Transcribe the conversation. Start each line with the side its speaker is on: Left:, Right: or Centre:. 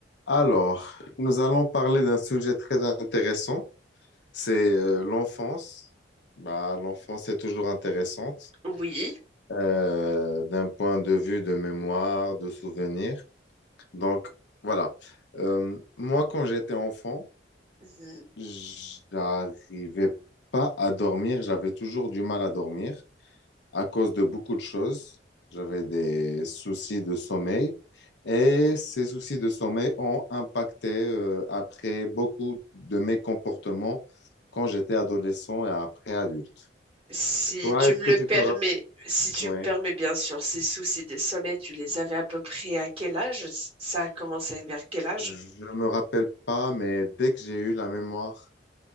Left: Alors, nous allons parler d'un sujet très intéressant, c'est euh, l'enfance. Bah, l'enfance est toujours intéressante
Right: Oui,
Left: euh, d'un point de vue de mémoire, de souvenirs. Donc, voilà. Euh, moi, quand j'étais enfant,
Right: Mhm.
Left: j'arrivais pas à dormir, j'avais toujours du mal à dormir à cause de beaucoup de choses. J'avais des soucis de sommeil et ces soucis de sommeil ont impacté euh, après beaucoup de mes comportements quand j'étais adolescent et après adulte.
Right: si
Left: Toi,
Right: tu
Left: est-ce
Right: me
Left: que
Right: le
Left: tu
Right: permets,
Left: te rappelles?
Right: si tu
Left: Oui,
Right: me permets bien sûr, ces soucis de sommeil, tu les avais à peu près à quel âge? Ça a commencé vers quel âge?
Left: je me rappelle pas, mais dès que j'ai eu la mémoire,